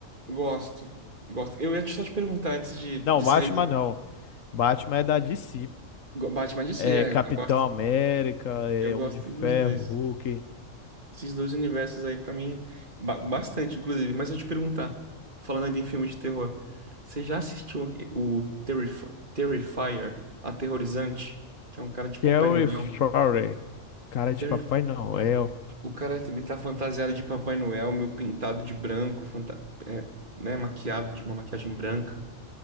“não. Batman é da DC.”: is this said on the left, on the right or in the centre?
Left